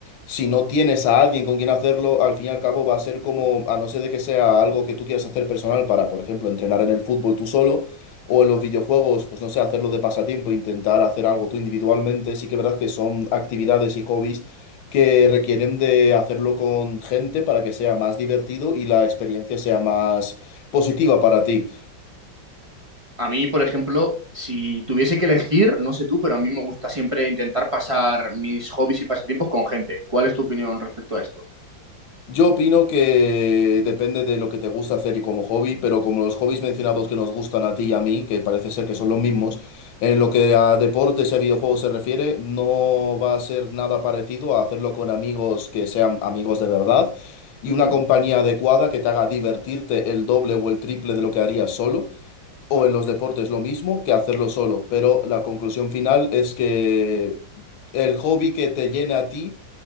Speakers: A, on the left (about 85°); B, on the right (about 35°).
A: si no tienes a alguien con quien hacerlo, al fin y al cabo va a ser como, a no ser de que sea algo que tú quieras hacer personal para, por ejemplo, entrenar en el fútbol tú solo o en los
B: Mm.
A: videojuegos, pues no sé, hacerlo de pasatiempo, intentar hacer algo tú individualmente, sí que es verdad que son actividades y hobbies que requieren de hacerlo con gente para que sea más divertido y la experiencia sea más positiva para ti.
B: A mí, por ejemplo, si tuviese que elegir, no sé tú, pero a mí me gusta siempre intentar pasar mis hobbies y pasatiempos con gente. ¿Cuál es tu opinión respecto a esto?
A: Yo opino que depende de lo que te gusta hacer y como hobby, pero como los hobbies mencionados que nos gustan a ti y a mí, que parece ser que son los mismos, en lo que a deportes y a videojuegos se refiere, no va a ser nada parecido a hacerlo con amigos que sean amigos de verdad y
B: Ujú.
A: una compañía adecuada que te haga divertirte el doble o el triple de lo que harías solo, o en los deportes lo mismo que hacerlo solo. Pero la conclusión final es que el hobby que te llene a ti